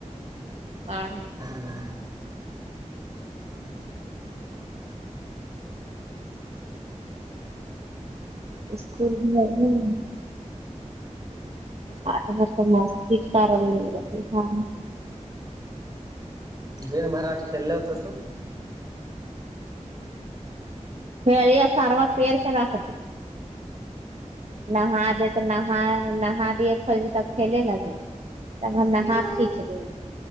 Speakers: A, on the right; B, on the right.
A: ہاں ہ
B: ہاں
A: اسکول میں نہیں ا ب تو مستی کرار نہیں اب ہاں
B: دن بھرات کھیلو تو س
A: خیا ساروا پیر کرا خ نا دے تو نا نا دے خ ت کھیلے لگی تب ہم نے
B: ہیلو
A: ہاتف کھینچ لے